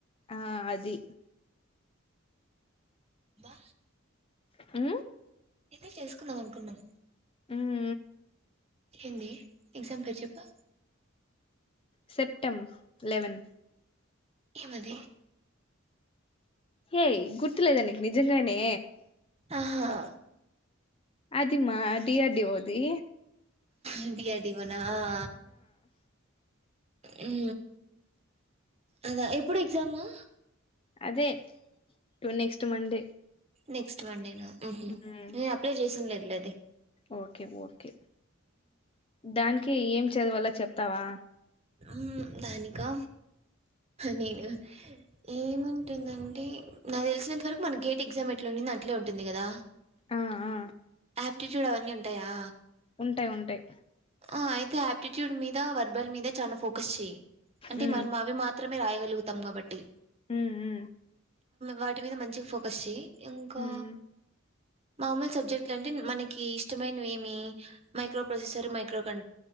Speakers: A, on the left; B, on the right.
A: ఆ అది
B: బా
A: హు
B: ఇదే చేసుకుందాం అనుకున్నాం
A: హు హు
B: ఏంది ఎగ్జామ్ పేరు చెప్పు
A: సెప్టెమ్ లేవేన్
B: ఏం అది
A: ఏయ గుర్తులేద నీకు నిజంగానే
B: ఆహా
A: అది మా అడ్డి అడ్డి ఓది
B: అది అది మనా ఆ హు అదా ఎప్పుడు ఎగ్జామ్ ము
A: అదే to next Monday
B: next Monday ఉహు
A: ఉమ్
B: నేను అప్లై చేసింఉండి లే అది
A: ఓకే ఓకే దానికే ఏం చదవాలా చెప్తావా
B: హ దానికా నేను ఏముంటుందంటే నాకు తెలిసినంత వరకు మన గేట్ ఎగ్జామ్ ఎట్లా నా అంట్లే ఉంటుంది కదా
A: ఆ ఆ
B: ఆ పిట్యూడ్ అవన్నీ ఉంటాయా
A: ఉంటాయి ఉంటాయి
B: ఆ అయితే ఆ పిట్యూడ్ మీద వర్బల్ మీద చాలా ఫోకస్ చెయ్యి అంటే
A: ఉమ్
B: మన మా అవి మాత్ర మాత్రమే రాయగలుగుతాం కాబట్టి
A: హు హు
B: వాటి మీద మంచిగా ఫోకస్ చెయ్య ఇంకా
A: ఉమ్
B: మామూలు సబ్జెక్టులు అంటే మనకి ఇష్టమైనవి ఏమి మైక్రో ప్రొసెసర్ మైక్రో కం